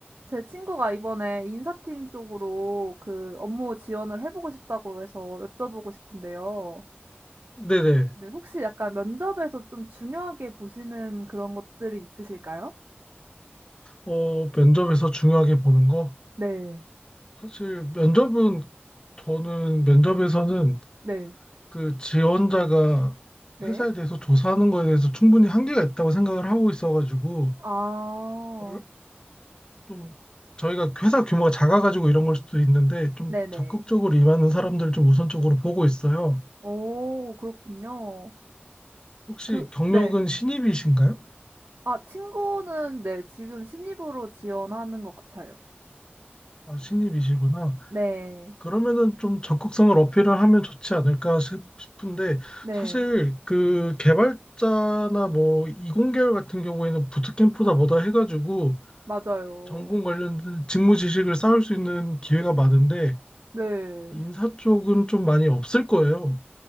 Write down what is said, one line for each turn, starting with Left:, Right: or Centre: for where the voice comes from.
Right: 제 친구가 이번에 인사팀 쪽으로 그 업무 지원을 해보고 싶다고 해서 여쭤보고 싶은데요.
Left: 네네.
Right: 네, 혹시 약간 면접에서 좀 중요하게 보시는 그런 것들이 있으실까요?
Left: 어, 면접에서 중요하게 보는 거?
Right: 네.
Left: 사실 면접은 저는 면접에서는
Right: 네.
Left: 그 지원자가
Right: 네.
Left: 회사에 대해서 조사하는 거에 대해서 충분히 한계가 있다고 생각을 하고 있어가지고
Right: 아.
Left: 얼- 좀 저희가 회사 규모가 작아가지고 이런 걸 수도 있는데 좀
Right: 네네.
Left: 적극적으로 임하는 사람들을 좀 우선적으로 보고 있어요.
Right: 오 그렇군요.
Left: 혹시
Right: 그
Left: 경력은
Right: 네.
Left: 신입이신가요?
Right: 아 친구는 네 지금 신입으로 지원하는 것 같아요.
Left: 아, 신입이시구나.
Right: 네.
Left: 그러면은 좀 적극성을 어필을 하면 좋지 않을까 싶- 싶은데
Right: 네.
Left: 사실 그 개발자나 뭐 이공계열 같은 경우에는 부트캠프다 뭐다 해가지고
Right: 맞아요.
Left: 전공 관련된 직무 지식을 쌓을 수 있는 기회가 많은데
Right: 네.
Left: 인사 쪽은 좀 많이 없을 거예요.